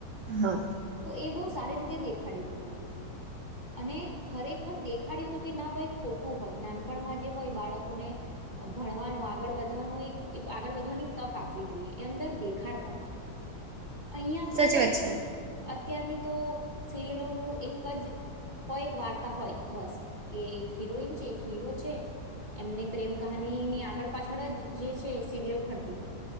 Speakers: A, on the right; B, on the right.
A: હા.
B: તો એ બઉ સારી રીતે દેખાડ્યું તું એમાં અને ખરેખર દેખાડ્યું તો કે ના ભાઈ ખોટું હોય નાનપણમાં જે હોય બાળકોને ભણવાનું આગળ વધવાનું એક આગળ વધવાની તક આપવી જોઈએ એ અંદર દેખાડતા હતા. અહિયાં
A: સાચી
B: તો
A: વાત છે.
B: અત્યારની તો સિરિયલોનું એક જ હોય એક વાર્તા હોય બસ કે એક હિરોઈન છે એક હીરો છે એમને પ્રેમ કહાની ની આગળ પાછળ જ જે છે સિરિયલ ફરતી હોય.